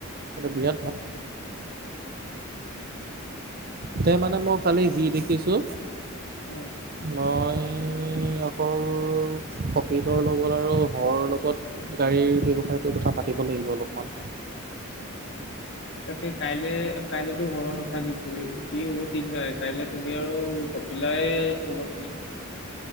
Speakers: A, on the right; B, on the left.
A: সেটো বিৰাট ভাল। তে মানে মই কালি যি দেখিছোঁ।
B: উম।
A: মই অকল কপিলৰ লগত আৰু ঘৰৰ লগত গাড়ীৰ ব্যৱসায়টোৰ কথা পাতিব লাগিব অলপমান।
B: তাকে কাইলে কাইলেতো সৰ নাথাকিবই কি হ'ব ঠিক নাই, কাইলে তুমি আৰু কপিল দাই ৰুব নিকি?